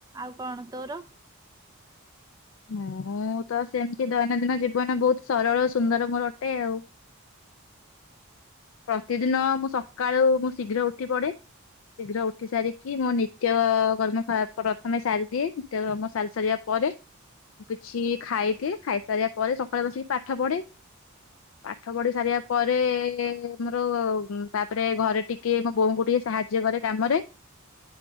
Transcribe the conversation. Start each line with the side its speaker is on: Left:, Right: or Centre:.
Right: ଆଉ କଣ ତୋର।
Left: ମୁଁ ତ ସେମିତି ଦୈନନ୍ଦିନ ଜୀବନ ବହୁତ ସରଳ ସୁନ୍ଦର ମୋର ଅଟେ ଆଉ। ପ୍ରତିଦିନ ମୁଁ ସକାଳୁ ମୁଁ ଶୀଘ୍ର ଉଠି ପଡେ। ଶୀଘ୍ର ଉଠି ସାରିକି ମୁଁ ନିତ୍ୟ କର୍ମ ଫା ପ୍ରଥମେ ସାରିଦିଏ। ନିତ୍ୟ କର୍ମ ସାରି ସାରିବା ପରେ ମୁଁ କିଛି ଖାଇଦିଏ। ଖାଇସାରିବା ପରେ ସକାଳୁ ବସିକି ପାଠ ପଢେ। ପାଠ ପଢି ସାରିବା ପରେ ଏ ତମର ତାପରେ ଘରେ ଟିକେ ମୋ ବୋଉଙ୍କୁ ଟିକେ ସାହାଯ୍ୟ କରେ କାମରେ।